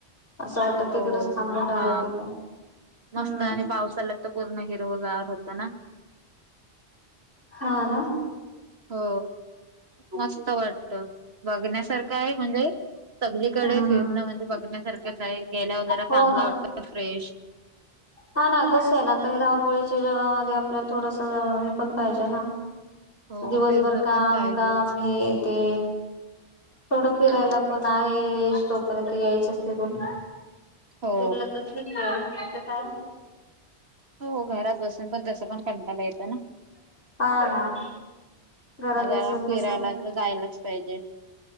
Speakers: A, on the left (about 55°); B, on the right (about 70°).
A: असं वाटत
B: हो
A: तिकडच थांबून राहावं
B: हा
A: की काय हम्म
B: मस्त आणि पावसालात तर पूर्ण हिरवगावर होत ना
A: हा ना
B: हो मस्त वाटत बघण्यासारखं आहे म्हणजे सगळीकडे
A: हम्म
B: फिरणं
A: हम्म
B: म्हणजे बघण्यासारखंच आहे गेल्यावर जला
A: हो
B: चांगला
A: ना
B: वाटतो फ्रेश
A: हा ना कसं आहे ना आता हे धावपळीच्या जगामध्ये आपल्याला थोडासा हे पण पाहिजे ना
B: हो
A: दिवसभर
B: फिरणं
A: काम
B: पण पाहिजेच
A: काम हे ते थोडं फिरायला
B: हा
A: पण आहे तोपर्यंत यायचं फिरून फिरलं
B: हो
A: तर ठीक आहे का
B: हो घरात बसून पण तस पण कंटायला येतं ना
A: हा ना घरात
B: मग जरा
A: बसून
B: फिरायला
A: बसून
B: तर जायलाच पाहिजे